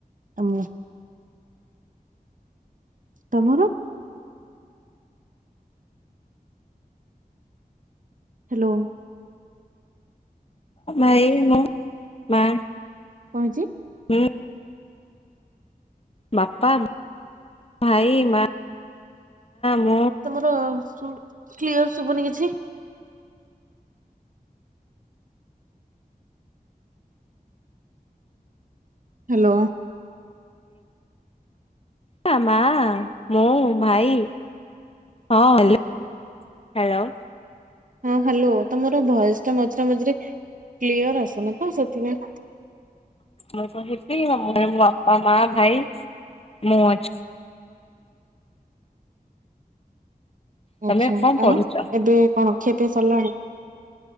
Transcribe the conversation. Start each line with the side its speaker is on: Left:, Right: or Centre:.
Right: ଆମ ତମର? ହ୍ୟାଲୋ
Left: ଏଇ ମୁ ମା
Right: କଣ ହେଇଚି?
Left: ହୁଁ। ବାପା, ଭାଇ, ମା। ମୁଁ
Right: ତମର ଶ କ୍ଲିଅର ଶୁଭୁନି କିଛି ହ୍ୟାଲୋ
Left: ପା ମା ମୁଁ ଭାଇ ହଁ ହଲୋ ହ୍ୟାଲୋ
Right: ହଁ ହ୍ୟାଲୋ ତମର ଭଏସ ଟା ମଝିରେ ମଝିରେ କ୍ଲିୟର ଆସୁନି ତ ସେଥିପାଇଁ।
Left: ମୁଁ କହିଲି ଆମ ଘରେ ମୋ ବାପା ମା ଭାଇ ମୁଁ ଅ ତମେ
Right: ଆଛା
Left: କଣ ପଢୁଛ?
Right: ଆଉ ଏବେ କଣ? ଖିଆପିଆ ସରିଲାଣି?